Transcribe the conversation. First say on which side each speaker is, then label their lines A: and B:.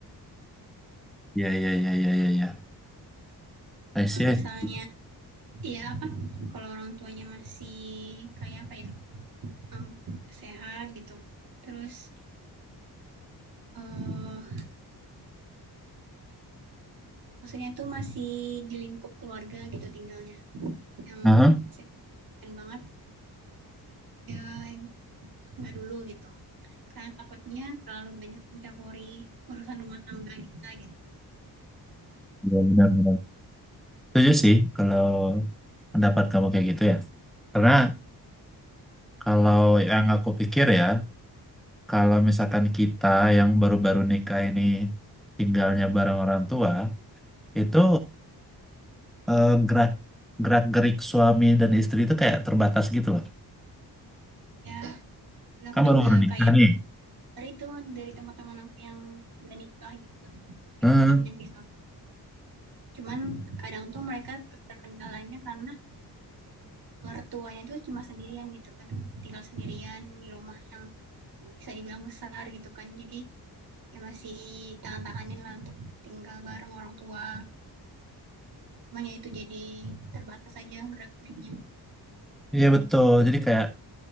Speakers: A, in the centre; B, on the right.
A: iya, iya, iya, iya, iya. iya. I see,
B: Kalau
A: I see.
B: misalnya ya apa? Kalau orang tuanya masih kayak apa ya? em, sehat gitu. Terus eh maksudnya itu masih di lingkup keluarga gitu tinggalnya. Yang
A: Aha.
B: nggak signifikan banget ya nggak dulu gitu. Karena takutnya terlalu banyak mencampuri urusan rumah tangga kita gitu.
A: Iya, benar, benar. Setuju sih kalau pendapat kamu kayak gitu ya. Karena Kalau yang aku pikir ya, kalau misalkan kita yang baru-baru nikah ini tinggalnya bareng orang tua, itu eh, gerak gerak gerik suami dan istri itu kayak terbatas gitu loh.
B: Ya, dan aku
A: Kan baru-baru
B: juga
A: nikah
B: kayak
A: nih.
B: dari itu dari teman-teman aku yang udah nikah gitu. Kayak
A: Hmm,
B: pengen pisah. Cuman kadang tuh mereka terkendalanya karena mertuanya tuh cuma sendirian gitu kan tinggal sendirian di rumah yang bisa dibilang besar gitu kan jadi ya masih tahan-tahanin lah untuk tinggal bareng orang tua makanya itu jadi terbatas aja gerak-geriknya
A: iya betul. Jadi kayak